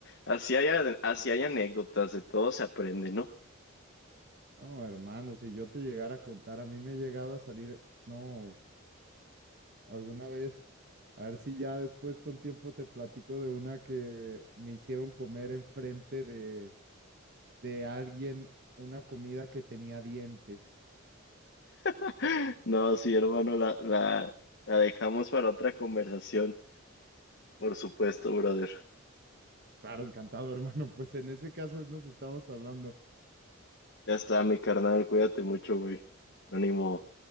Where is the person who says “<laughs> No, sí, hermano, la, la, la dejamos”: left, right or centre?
Left